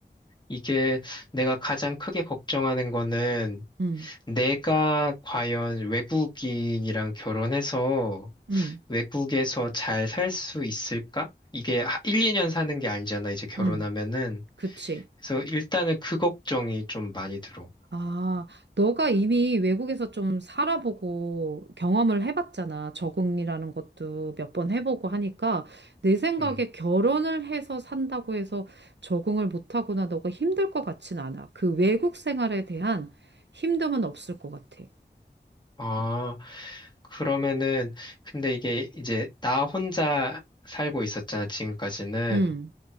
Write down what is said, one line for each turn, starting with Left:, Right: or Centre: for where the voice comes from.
Left: 이게 내가 가장 크게 걱정하는 거는
Right: 음.
Left: 내가 과연 외국인이랑 결혼해서
Right: 음.
Left: 외국에서 잘 살 수 있을까? 이게 하- 1, 2년 사는 게 아니잖아, 이제 결혼하면은.
Right: 음. 그치.
Left: 그래서 일단은 그 걱정이 좀 많이 들어.
Right: 아, 너가 이미 외국에서 좀 살아보고 경험을 해봤잖아. 적응이라는 것도 몇 번 해보고 하니까 내 생각에
Left: 응.
Right: 결혼을 해서 산다고 해서 적응을 못하거나 너가 힘들 것 같진 않아. 그 외국 생활에 대한 힘듦은 없을 것 같아.
Left: 아, 그러면은, 근데 이게 이제 나 혼자 살고 있었잖아, 지금까지는.
Right: 응,